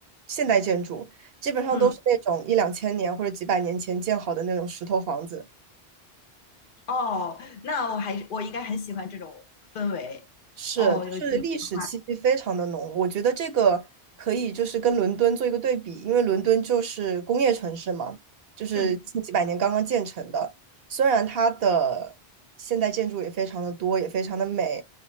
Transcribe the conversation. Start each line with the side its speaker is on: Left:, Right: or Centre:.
Right: 现代建筑，基本上都是那种一两千年或者几百年前建好的那种石头房子，
Left: 嗯。哦，那我还我应该很喜欢这种氛围。
Right: 是，
Left: 哦，
Right: 就是历史气息非常的浓。
Left: 有机会的话，
Right: 我觉得这个可以就是跟伦敦做一个对比，因为伦敦就是工业城市嘛，就是近几百年刚刚建成的，
Left: 嗯
Right: 虽然它的现代建筑也非常的多，也非常的美，